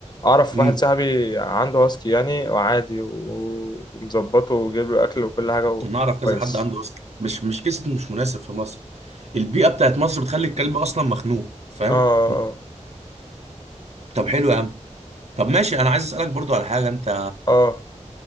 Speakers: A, on the left (about 35°); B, on the right (about 60°).
A: أعرف
B: امم
A: واحد صاحبي عنده هاسكي يعني وعادي و- ومظبطه وجايب له أكل وكل حاجة وكويس
B: انا اعرف كذا حد عنده اصلا مش مش قصه مش مناسب في مصر البيئه بتاعت مصر بتخلي الكلب اصلا مخنوق فاهم
A: آه
B: طب حلو يا عم طب ماشي انا عايز اسالك برضو على حاجه انت
A: آه آه.